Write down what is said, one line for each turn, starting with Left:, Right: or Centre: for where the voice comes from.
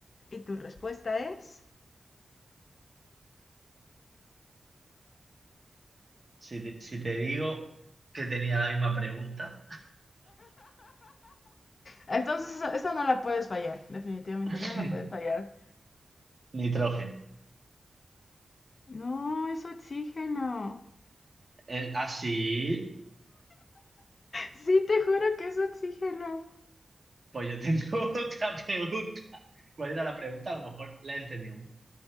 Left: Y tu respuesta es.
Right: Si te, si te digo que tenía la misma pregunta,
Left: Entonces, esta no la puedes fallar. Definitivamente
Right: <laughs>
Left: no la puedes fallar.
Right: nitrógeno.
Left: No, es oxígeno.
Right: El- ah, sí,
Left: Sí, te juro que es oxígeno.
Right: pues yo tengo <laughs> otra pregunta. ¿Cuál era la pregunta? A lo mejor la he entendido.